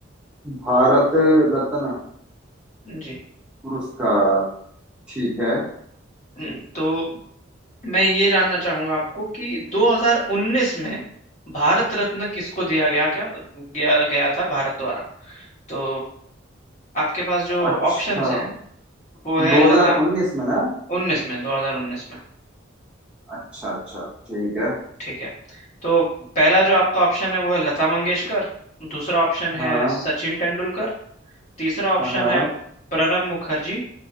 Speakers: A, in the centre; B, on the left.
A: भारत रत्न
B: हैं जी
A: पुरस्कार ठीक है
B: हम्म, तो मैं ये जानना चाहूंगा आपको कि 2019 में भारत रत्न किसको दिया गया क्या गया गया था भारत द्वारा तो आपके पास जो
A: अच्छा
B: ऑप्शंस हैं वो है
A: 2019
B: लता
A: में ना
B: 19 में 2019 में
A: अच्छा अच्छा ठीक है
B: ठीक है तो पहला जो आपका ऑप्शन है वो है लता मंगेशकर दूसरा ऑप्शन है
A: हाँ
B: सचिन तेंदुलकर तीसरा ऑप्शन
A: हाँ
B: है प्रणब मुखर्जी